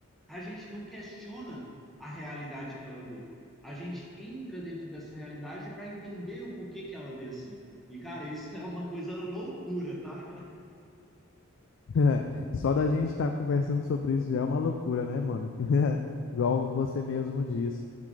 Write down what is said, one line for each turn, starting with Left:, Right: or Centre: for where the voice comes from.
Centre: a gente não questiona a realidade que ela vê. A gente entra dentro dessa realidade para entender o porquê que ela vê assim. E, cara, isso é uma coisa loucura, tá?
Left: <laughs> Só da gente estar conversando sobre isso já é uma loucura, né, mano? <laughs> Igual você mesmo disse.